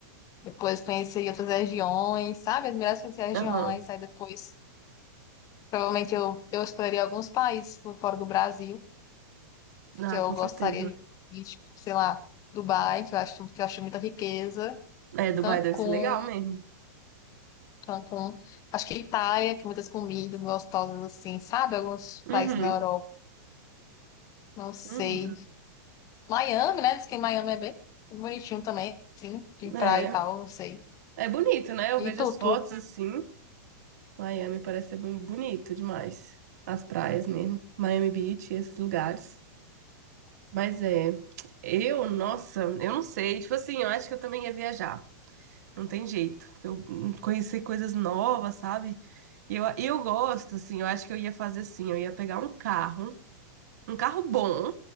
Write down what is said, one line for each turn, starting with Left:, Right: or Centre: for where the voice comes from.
Left: Depois conheceria outras regiões, sabe? As melhores conhecer as regiões.
Right: aham.
Left: Aí depois, provavelmente, eu, eu exploraria alguns países por fora do Brasil,
Right: Ah,
Left: que eu
Right: com
Left: gostaria
Right: certeza.
Left: de ir, tipo, sei lá, Dubai, que eu acho, que eu acho muita riqueza.
Right: É, Dubai
Left: Cancún.
Right: deve ser legal mesmo.
Left: Cancún. Acho que Itália tem muitas comidas gostosas assim, sabe? Alguns
Right: Uhum,
Left: países na Europa. Não sei.
Right: uhum.
Left: Miami, né? Diz que Miami é bem bonitinho também, assim, de praia
Right: É,
Left: e tal, não sei.
Right: é bonito, né? Eu
Left: E
Right: vejo
Left: tu,
Right: as fotos
Left: tu,
Right: assim. Miami parece ser bem bonito demais. As praias mesmo. Miami Beach, esses lugares. Mas é, eu, nossa, eu não sei. Tipo assim, eu acho que eu também ia viajar. Não tem jeito. porque Eu hum, conheci coisas novas, sabe? E eu, e eu gosto, assim, eu acho que eu ia fazer assim, eu ia pegar um carro, um carro bom,